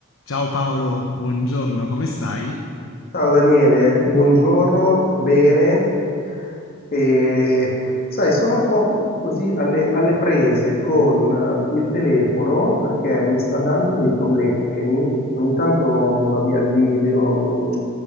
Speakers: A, on the left (about 65°); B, on the left (about 45°).
A: Ciao Paolo, buongiorno, come stai?
B: Ciao Daniele, buongiorno, bene. E, sai, sono un po' così alle, alle prese con eh, il telefono perché mi sta dando dei problemi. Ogni tanto mi va via il video, mi-